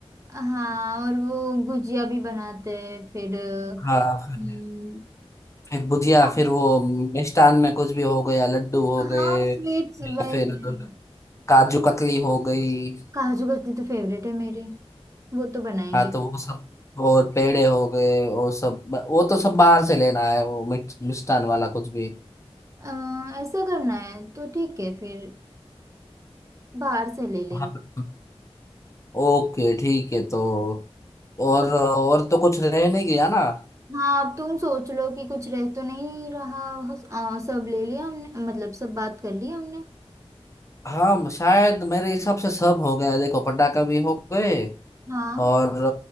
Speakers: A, on the right; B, on the left.
A: है। हाँ, और वो गुजिया भी बनाते हैं फिर
B: हाँ
A: हम्म,
B: फिर फिर भुजिया
A: हाँ
B: फिर वो मिष्ठान में कुछ भी हो गया लड्डू हो
A: हाँ
B: गए
A: और स्वीट्स वही
B: या फिर
A: वही
B: काजू कतली हो गई
A: काजू कतली तो फेवरेट है मेरी वो तो बनाएंगे
B: हाँ तो वो सब और पेड़े हो गए वो सब वो तो सब बाहर से लेना है वो मिठ- मिष्ठान वाला कुछ भी
A: अ, ऐसा करना है तो ठीक है फिर बाहर से ले लेंगे
B: हाँ ओके ठीक है तो और और तो कुछ रह नहीं गया ना
A: हाँ अब तुम सोच लो कि कुछ रह तो नहीं रहा हस- आ, सब ले लिया हमने मतलब सब बात कर ली हमने
B: हाँ शायद मेरे हिसाब से सब हो गया देखो पटाखा भी हो गए
A: हाँ
B: और